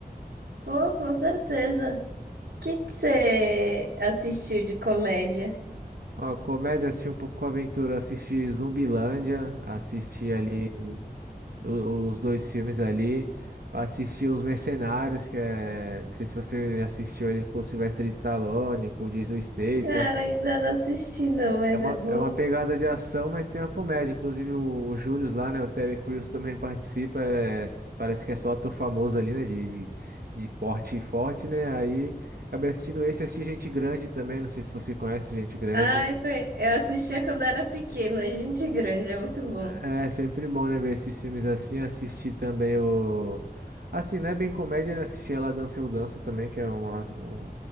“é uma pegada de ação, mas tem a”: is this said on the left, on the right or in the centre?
Right